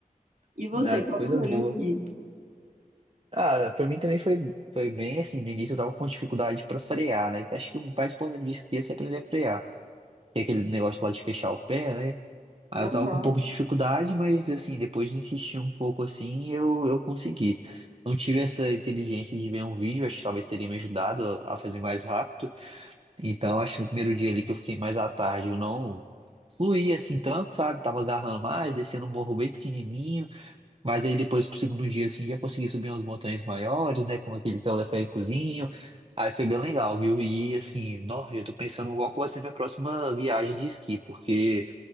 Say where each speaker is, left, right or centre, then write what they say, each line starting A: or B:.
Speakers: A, on the right (about 60°); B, on the right (about 40°).
A: E você,
B: Ah,
A: como
B: que coisa
A: foi
B: boa.
A: no esqui?
B: Ah, pra mim também foi, foi bem assim. No início eu tava com dificuldade pra frear, né? Acho que o mais importante disso que ia se aprender a frear. Que é aquele negócio que pode fechar o pé, né? Aí
A: Aham.
B: eu tava com um pouco de dificuldade, mas assim, depois de insistir um pouco assim, eu, eu consegui. Não tive essa inteligência de ver um vídeo, acho que talvez teria me ajudado a a fazer mais rápido. Então, acho que no primeiro dia ali que eu fiquei mais à tarde, eu não fluía assim tanto, sabe? Tava agarrando mais, descendo um morro bem pequenininho. Mas aí depois pro segundo dia, assim, já consegui subir umas montanhas maiores, né? Com aquele teleféricozinho. Aí foi bem legal, viu? E assim, nossa, eu tô pensando qual que vai ser minha próxima viagem de esqui, porque